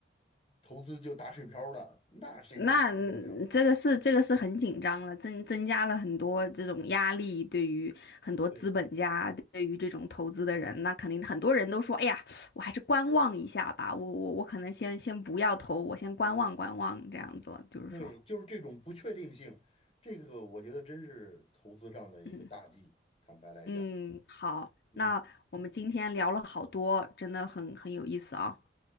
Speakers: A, on the left; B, on the left.
A: 投资就打水漂了，那谁能承受得了？
B: 那嗯这个是这个是很紧张了，增增加了很多这种压力，对于很多资本家，
A: 对
B: 对于这种投资的人，那肯定很多人都说，哎呀，我还是观望一下吧，我我我可能先先不要投，我先观望观望这样子了就是说，
A: 对，就是这种不确定性，这个我觉得真是投资上的一个大忌。
B: 嗯
A: 坦白来讲，
B: 嗯，好，
A: 嗯，
B: 那我们今天聊了好多，真的很很有意思啊，